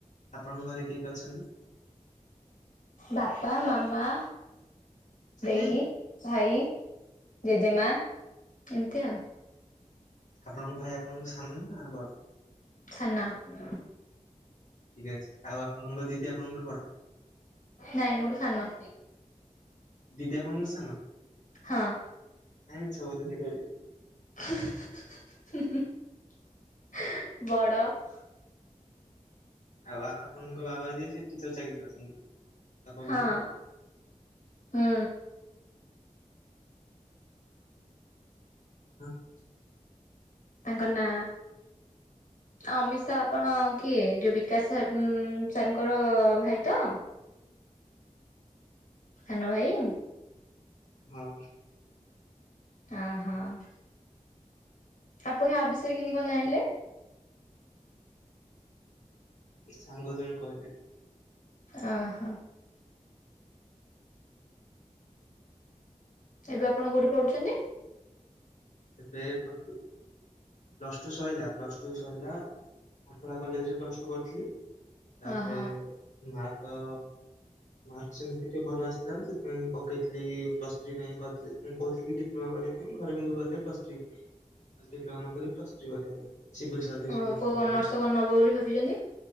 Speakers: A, on the left (about 70°); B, on the left (about 85°).
A: ଆପଣଙ୍କ ଘରେ କିଏ କିଏ ଅଛନ୍ତି?
B: ବାପା, ମାମା ଦେଇ,
A: ହୁଁ
B: ଭାଇ, ଜେଜେମା ଏମ୍ତି ଆଉ।
A: ଆପଣଙ୍କ ଭାଇ ଆପଣଙ୍କୁ ସାନ ନା ବଡ଼?
B: <inaudible>
A: ଅଛି ଆଉ ଆପଣଙ୍କ ଦିଦି ଆପଣଙ୍କଠୁ ବଡ଼।
B: ନାଇଁ, ମୋଠୁ ସାନ।
A: ଦିଦି ଆପଣ ସାନ।
B: ହଁ!
A: ମିଛ କହୁଚନ୍ତି କ--ଲେ।
B: <inaudible>
A: ଆଉ ଆପଣଙ୍କ ବାବା ଯିଏ, ସିଏ ଟିଚର୍ ଚାକିରି କରିଚନ୍ତି।
B: ହଁ ହୁଁ
A: <unintelligible> <inaudible>
B: ତାଙ୍କ ନାଁ ଆ ଅମିତ ଶାହା ଆପଣ କିଏ ଯୋଉ ବିକାଶ ସାର୍ ଉଁ ସାର୍ ଙ୍କର ଭାଇ ତ? ସାନ ଭାଇ
A: ହଁ।
B: ହଁ ହଁ। ଆପଣ ୟା ବିଷୟରେ କେନ୍ତି କଣ ଜାଣିଲେ?
A: ସାଙ୍ଗ ଜଣେ କହିଲେ।
B: ଓହୋ। ଏବେ ଆପଣ କୋଉଠି ପଢୁଚନ୍ତି?
A: ଏବେ ପ୍ଲସ୍ ଟୁ ପ୍ଲସ୍ ଟୁ ସଇଲା ପ୍ଲସ୍ ଟୁ ସଇଲା ମଠୁଣା କଲେଜରେ ପ୍ଲସ୍ ଟୁ କରିଥିଲି। ତାପରେ
B: ଓହୋ।
A: ମାର୍କ ମାର୍କ ସେମ୍ତି ଟିକେ ଭଲ ଆସିଲାନି ସେଥିପାଇଁ ପକେଇଥିଲି ପ୍ଲସ ଥ୍ରୀ ପାଇଁ କରିଥିଲି ମୁଁ କହୁଥିଲି ଡିପ୍ ଡିପ୍ଲମା କରିବା ପାଇଁ ଘରେ କିନ୍ତୁ କହିଲେ ପ୍ଲସ୍ ଥ୍ରି ଡିପ୍ଲମା ନ କରି ପ୍ଲସ୍ ଥ୍ରି କରିବା ପାଇଁ। ସିଭିଲ୍ ସର୍ଭିସ୍
B: ଓ
A: ପାଇଁ ଅପ୍ୟା
B: କୋଉ
A: କରିବେ।
B: ଅନର୍ସ କଣ ନବ ବୋଲି ଭାବିଛନ୍ତି